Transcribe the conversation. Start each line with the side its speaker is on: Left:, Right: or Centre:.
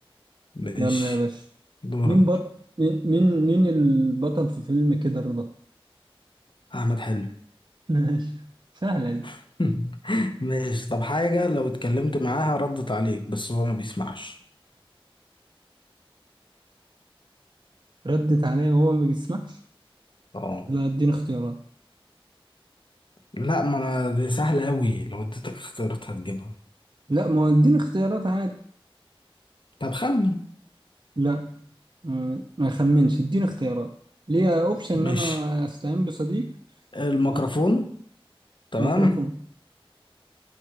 Left: ماشي
Right: يلا يا باشا
Left: دورك
Right: مين بط مين مين مين البطل في فيلم كده رضا
Left: احمد حلمي
Right: <laughs> ماشي سهلة دي
Left: <laughs> ماشي طب حاجة لو اتكلمت معاها ردت عليك بس هو ما بيسمعش
Right: ردت عليا وهو ما بيسمعش
Left: اه
Right: لا اديني اختيارات
Left: لا ما انا دي سهلة قوي لو اديتك اختيارات هتجيبها
Right: لا ما هو اديني اختيارات عادي
Left: طب خمن
Right: لا آه، ما اخمنش اديني اختيارات ليا اوبشن ان
Left: ماشي
Right: انا استعين بصديق
Left: الميكروفون
Right: او
Left: تمام
Right: الميكروفون